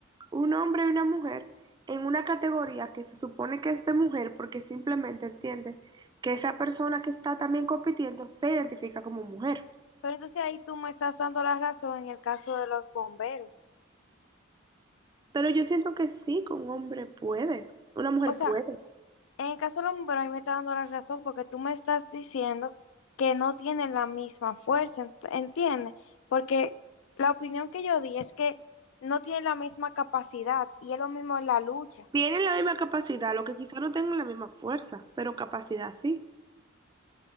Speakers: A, on the right; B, on the left.
A: Un hombre y una mujer en una categoría que se supone que es de mujer porque simplemente entiende que esa persona que está también compitiendo se identifica como mujer.
B: Pero entonces ahí tú me estás dando la razón en el caso de los bomberos.
A: Pero yo siento que sí, que un hombre puede, una mujer
B: O sea,
A: puede.
B: en el caso de los bomberos ahí me estás dando la razón porque tú me estás diciendo que no tienen la misma fuerza, ent- ¿entiendes? Porque la opinión que yo di es que no tienen la misma capacidad y es lo mismo en la lucha.
A: Tienen la misma capacidad, lo que quizá no tengan la misma fuerza, pero capacidad sí.